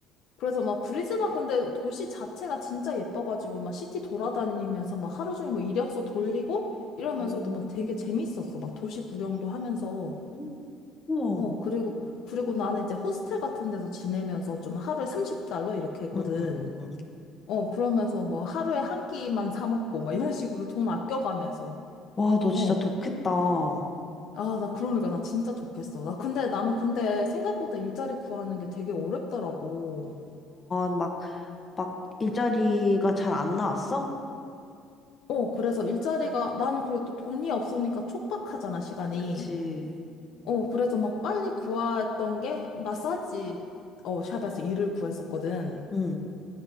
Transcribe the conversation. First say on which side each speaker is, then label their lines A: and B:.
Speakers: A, on the left (about 65°); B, on the left (about 30°).
A: 그래서 막 브리즈번 근데 도시 자체가 진짜 예뻐가지고 막 시티 돌아다니면서 막 하루 종일 뭐 이력서 돌리고 이러면서도
B: 음,
A: 막 되게 재밌었어. 막 도시 구경도 하면서.
B: 음. 우와.
A: 어, 그리고, 그리고 나는 이제 호스텔 같은 데서 지내면서 좀 하루에 30달러 이렇게 했거든.
B: 응, 응, 응, 응.
A: 어, 그러면서 뭐 하루에 한 끼만 사 먹고 막 이런 식으로 돈 아껴가면서.
B: 와, 너
A: 어.
B: 진짜 독했다. 아,
A: 아, 나 그러니까 나 진짜 좋겠어. 나 근데 나는 근데 생각보다 일자리 구하는 게 되게 어렵더라고.
B: 막, 막, 일자리가 잘 안 나왔어?
A: 어, 그래서 일자리가 나는 그리고 또 돈이 없으니까 촉박하잖아, 시간이.
B: 그치.
A: 어, 그래서 막 빨리 구했던 게 마사지 어, 샵에서
B: 응,
A: 일을 구했었거든.
B: 응,